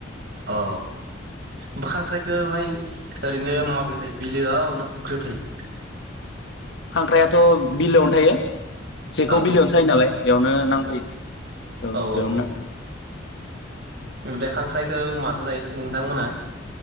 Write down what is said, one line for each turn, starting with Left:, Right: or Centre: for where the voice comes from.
Right: औ बा खांख्राय बेखौहाय ओरैनो माबायाव थायो बिलोआव ना फुख्रियाव थायो
Left: खांख्रायाथ' बिलोआवनो थायो। जखौ
Right: औ
Left: बिलोयावनो सायो नालाय बेयावनो नांबोयो औ
Right: औ
Left: बेयावनो
Right: औ
Left: नाङो
Right: ओमफ्राय खांख्राइखौ माजो जायो नोंथांमोना?